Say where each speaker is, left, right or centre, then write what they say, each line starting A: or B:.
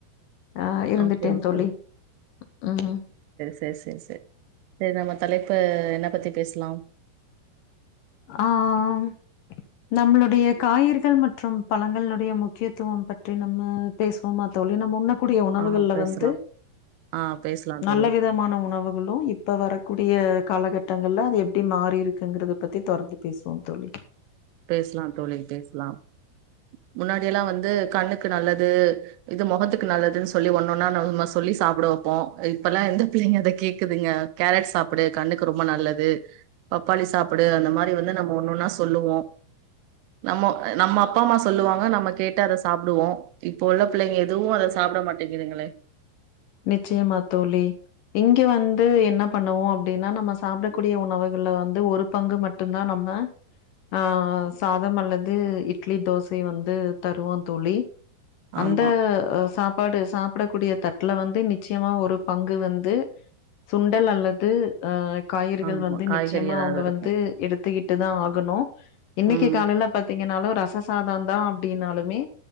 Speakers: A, on the left; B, on the right.
A: ஆ இருந்துட்டே
B: ஓகே ஓகே
A: தோழி ம்
B: செரி செரி செர் சேர் நம்ம தலைப்பு என்ன பத்தி பேஸ்லா
A: அ அ அ நம்ளுடைய காயற்கள் மற்றும் பழங்களுடைய முக்கியத்துவம் பற்றி நம்ம பேசுவோமா தோழி நம்ம உண்ணக் கூடிய உணவுகள்ல
B: ஆ பேசலாம்
A: வந்து
B: ஆ பேசலா
A: நல்ல
B: தோழி
A: விதமான உணவுகளு இப்ப வரக்கூடிய காலகட்டங்கள்ல அது எப்டி மாறிருக்குங்குறது பத்தி தொடர்ந்து பேசுவோ தோழி
B: பேசலா தோழி பேசலாம் முன்னாடியெல்லா வந்து கண்ணுக்கு நல்லது இது மொகத்துக்கு நல்லதுன் சொல்லி ஒண்ணு ஒண்ணா நம்ம சொல்லி சாப்ட வெப்போ இப்பல்லா எந்த பிள்ளைங்க அத கேக்குதுங்க கேரட் சாப்டு கண்ணுக்கு ரொம்ப நல்லது பப்பாளி சாப்புடு அந்த மாரி வந்து நம்ம ஒண்ணொன்னா சொல்லுவோ நம்மோ நம்ம அப்பா அம்மா சொல்லுவாங்க நம்ம கேட்டு அத சாப்டுவோ இப்ப உள்ள பிள்ளைங்க எதுவு அத சாப்ட மாட்டேங்குதுங்களே
A: நிச்சயமா தோழி இங்க வந்து என்ன பண்ணுவோ அப்டின்னா நம்ம சாப்டக்கூடிய உணவுகள்ல வந்து ஒரு பங்கு மட்டுந்தா நம்ம ஆ சாதம் அல்லது இட்லி தோசை வந்து தருவோ தோழி அந்த
B: ஆமா
A: அ சாப்பாடு சாப் படக்கூடிய தட் ல வந்து நிச்சயமா ஒரு பங்கு வந்து சுண்டல் அல்லது ஆ காய்கறிகள்
B: ஆமா
A: வந்து
B: காய்கறி
A: நிச்சயமா
B: ஏதாவது
A: அவுங்க
B: இருக்கு
A: வந்து எடுத்துக்கிட்டு தா ஆ கணு இன்னைக்கு
B: ம்
A: காலில பாத்தீங்கன்னாலு ரச சாதோந்தா அப்டின்னாலுமே